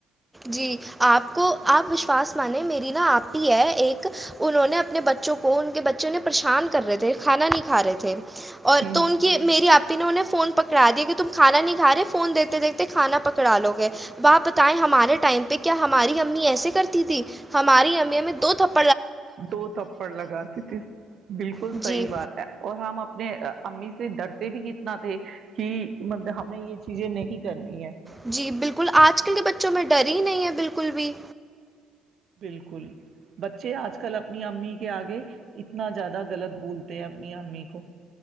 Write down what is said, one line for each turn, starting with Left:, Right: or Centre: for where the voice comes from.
Centre: جی آپ کو آپ وشواس مانیں میری نہا آپ ہے ایک انہوں نے اپنے بچوں کو ان کے بچوں نے پریشان کر رہے تھے کھانا نہیں کھا رہے تھے اور
Right: ہ
Centre: تو ان کی میری آپ نے انہیں فون پکڑا دیا کہ تم کھانا نہیں کھا رہے فون دیتے دیکتے کھا پکڑا لو گے باپ بتائیں ہمارے ٹائم پہ کیا ہماری امی ایسے کرتی تھی ہماری امی ہمیں دو تھھپ
Right: دو تھپڑ لگاتی تھی بالکل
Centre: جی
Right: صحیح بات ہے اور ہم اپنے امی سے ڈرتے بھی کتنا تھے کہ مب ہمیں یہ چیزیں نہیں کرنی ہے
Centre: جی بالکل آج کل کے بچوں میں ڈر ہی نہیں ہے بالکل بھی
Right: بالکل بچے آج کل اپنی امی کے آگے اتنا زیادہ غلط بولتے ہیں اپنی امی کو